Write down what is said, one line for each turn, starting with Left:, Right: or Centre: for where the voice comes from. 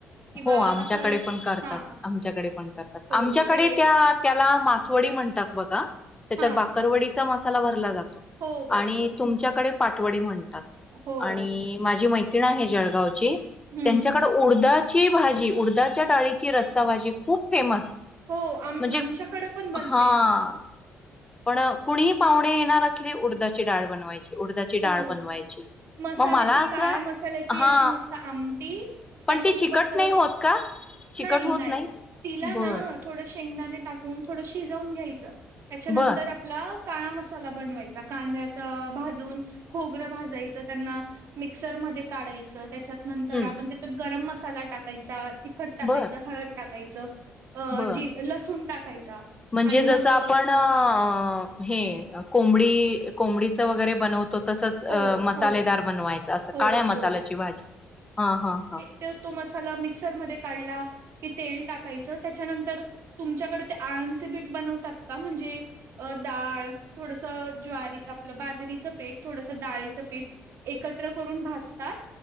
Right: किंवा
Left: हो आमच्याकडे
Right: असं एक
Left: पण करतात
Right: हां
Left: आमच्याकडे पण करतात
Right: हो
Left: आमच्याकडे
Right: ते
Left: त्यात त्याला मासवडी म्हणतात बघा त्याच्यात
Right: हां
Left: बाकरवडीचा मसाला भरला जातो.
Right: हो बरोबर
Left: आणि तुमच्याकडे पाठवडी म्हणतात
Right: हो.
Left: आणि माझी मै त्रीन आहे जळगाव ची
Right: हं.
Left: त्यांच्याकडे उडदात् ची भाजी उडदाच्या डाळीची रस्साभजी खूप फेमस.
Right: हो आम
Left: म्हणजे
Right: आमच्याकडें पण बनते
Left: हा
Right: ना.
Left: पण कुणीही पाहुणे येणार असले उडदाची डाळ बनवायची उडदाची डाळ
Right: हो.
Left: बनवायची.
Right: मसाल्याची
Left: मग मला असं
Right: काळ्या मसाल्याची
Left: हा
Right: अशी मस्त आमटी त्याच्यासोबत
Left: पण ती चिकट नाही होत का चिकट
Right: नाही
Left: होत
Right: नाही तिला
Left: बर
Right: ना, थोड शेंगदाणे टाकून थोडं शिजवून घ्यायचं त्याच्यानंतर
Left: बर
Right: आपला काळा मसाला बनवायचा चा कांद्याचा भाजून, खोबर भाजायचं त्यांना मिक्सर मध्ये काढायच त्याच्यात नंतर
Left: हम्म
Right: आपन् तेच्यात गरम मसाला टाकायचा तिखट टाकायच
Left: बर
Right: हळद टाकायचं अ
Left: बर
Right: जी लसूण टाकायचा.
Left: म्हणजे
Right: आणि
Left: जसं
Right: मग अ,
Left: आपण, अ हे कोंबडी कोंबडीच वगैरे बनवत तसच
Right: हो,
Left: मसालेदार
Right: हो.
Left: बनवायचं असं
Right: हो,
Left: काळ्या मसाल्याची
Right: हो,
Left: भाजी हा हां हां.
Right: तेव तो मसाला मिक्सरमध्ये काढला कि तेल टाकायचं त्याच्यानंतर तुमच्याकडे ते आळणचे बीठ बनवतात का म्हणजे? अ डाळ थोडस ज्वारी आपलं बाजरीचं पिठ, थोडसं डाळीचं पीठ एकत्र करून भाजतात